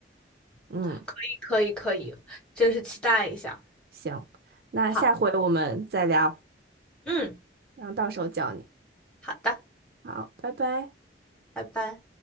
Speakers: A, on the right (about 55°); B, in the centre.
A: 嗯，
B: <laughs> 可以，可以，可以，真是期待一下。
A: 行，那下回我们再聊，
B: 好，嗯，
A: 然后到时候教你。
B: 好的。
A: 好，拜拜。
B: 拜拜。